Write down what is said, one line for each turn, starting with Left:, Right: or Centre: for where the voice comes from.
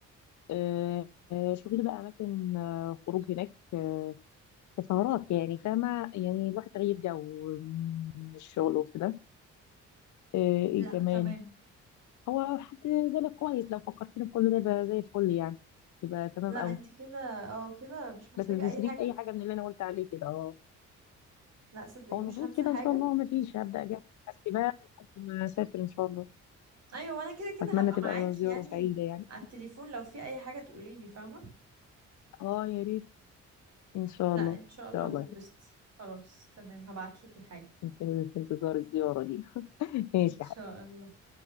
Left: آه، آه، شوفي لي بقى اماكن آه، خروج هناك آه، كسهرات يعني فاهمه يعني الواحد تغيير جو من الشغل وكده آه، ايه
Right: لا
Left: كمان
Right: تمام
Left: هو حد زي لك كويس لو فكرتني بكل ده يبقى زي الفل يعني يبقى تمام
Right: لا
Left: قوي
Right: انت كده اه كده مش محتاجة
Left: بس ما تنسيليش
Right: أي حاجة
Left: اي حاجه من اللي انا قلت عليه كده اه
Right: لا صدقيني
Left: هو المفروض
Right: مش هنسى
Left: كده
Right: حاجة
Left: ان شاء الله ما فيش هبدا اجهز حاجتي بقى لحد ما اسافر ان شاء الله
Right: أيوة وأنا كده كده
Left: اتمنى
Right: هبقى
Left: تبقى
Right: معاكي
Left: زياره
Right: يعني
Left: سعيده يعني
Right: على التليفون لو في أي حاجة تقوليلي فاهمة
Left: اه يا ريت ان شاء
Right: لا
Left: الله ان
Right: ان شاء الله
Left: شاء الله
Right: هتتبسطي
Left: يا حبيبتي
Right: خلاص تمام هبعتلك الحاجة
Left: في في انتظار الزياره دي <laughs> ماشي
Right: ان شاء
Left: يا حبيبتي.
Right: الله